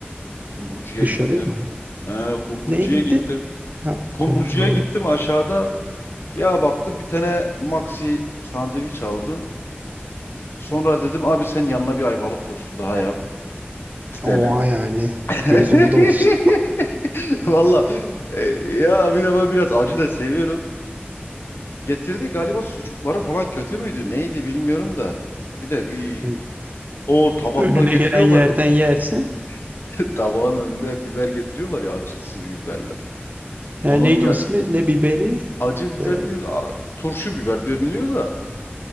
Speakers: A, on the left; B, on the right.
A: Kumrucuya
B: Dışarı
A: gittim.
B: mı?
A: He kumrucuya
B: Neye gitti?
A: gittim.
B: Ha,
A: Kumrucuya
B: kumru.
A: gittim aşağıda. Ya baktım bir tane maxi sandviç aldım. Sonra dedim abi sen yanına bir ayvalık tostu daha yap. İki tane.
B: Oha yani.
A: <laughs>
B: Gözün doysun.
A: <laughs> Valla e, ya bir de ben biraz acı da seviyorum. Getirdi galiba sucukları falan kötü müydü? Neydi bilmiyorum da. Bir de bir
B: E,
A: o tabakta
B: Önüne
A: getiriyorlar.
B: gelen yerden yersen.
A: <laughs> Tabağın önünde biber getiriyorlar ya acı sivri biberler.
B: Ya
A: Onun
B: neydi
A: ya,
B: onun ismi? Ne biberi?
A: acı biber
B: E,
A: diyor, a- turşu biber diyor deniliyor da.